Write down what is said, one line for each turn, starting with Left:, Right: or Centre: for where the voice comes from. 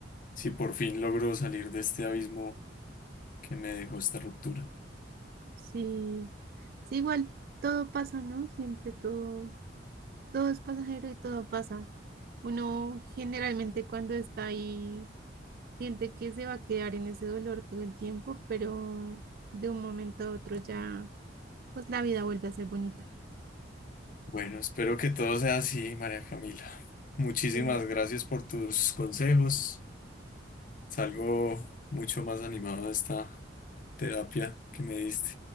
Left: si por fin logro salir de este abismo que me dejó esta ruptura.
Right: Sí, sí, igual todo pasa, ¿no? Siempre todo. todo es pasajero y todo pasa. Uno generalmente cuando está ahí siente que se va a quedar en ese dolor todo el tiempo, pero de un momento a otro ya, pues la vida vuelve a ser bonita.
Left: Bueno, espero que todo sea así, María Camila. Muchísimas
Right: Sí,
Left: gracias por tus consejos. Salgo mucho más animado de esta terapia que me diste.